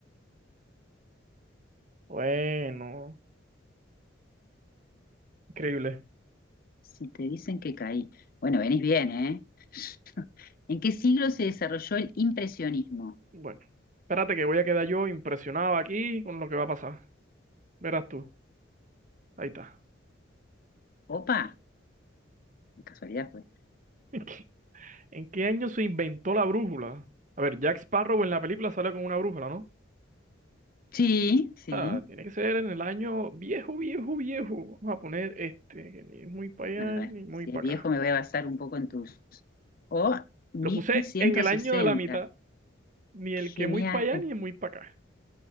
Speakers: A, on the right; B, on the left.
A: Bueno, increíble.
B: Si te dicen que caí. Bueno, venís bien, ¿eh? <laughs> ¿En qué siglo se desarrolló el impresionismo?
A: Bueno, espérate que voy a quedar yo impresionado aquí con lo que va a pasar. Verás tú. Ahí está.
B: Opa, qué casualidad fue.
A: <laughs> ¿En qué año se inventó la brújula? A ver, Jack Sparrow en la película sale con una brújula, ¿no?
B: Sí, sí.
A: O sea, tiene que ser en el año viejo, viejo, viejo. Vamos a poner este, que ni es muy para
B: A ver,
A: allá ni muy
B: si
A: para
B: es viejo
A: acá.
B: me voy a basar un poco en tus. o mil
A: Lo puse
B: ciento
A: en el
B: sesenta
A: año de la mitad, ni el
B: Genial.
A: que muy para allá ni el muy para acá.